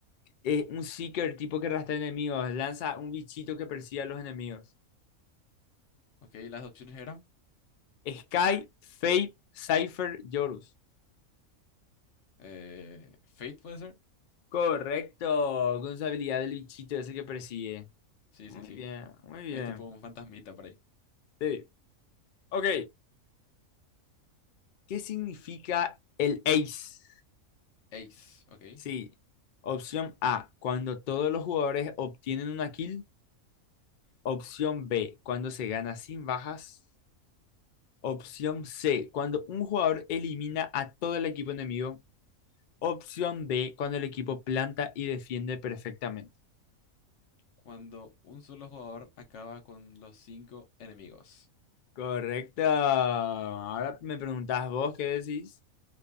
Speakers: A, on the left; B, on the left.
A: Es un Seeker tipo que arrastra enemigos. Lanza un bichito que persigue a los enemigos.
B: Ok, las opciones eran...
A: Sky, Fade, Cypher, Yorus.
B: eh, Fate puede ser.
A: Correcto. Con su habilidad del bichito ese que persigue.
B: Sí,
A: Muy
B: sí, sí.
A: bien, muy bien.
B: Es tipo un fantasmita por ahí.
A: Sí. Ok. ¿Qué significa el ace?
B: Ace, ¿ok?
A: Sí. Opción A, cuando todos los jugadores obtienen una kill. Opción B, cuando se gana sin bajas. Opción C, cuando un jugador elimina a todo el equipo enemigo. Opción D, cuando el equipo planta y defiende perfectamente.
B: Cuando un solo jugador acaba con los cinco enemigos.
A: Correcto. Ahora me preguntás vos qué decís.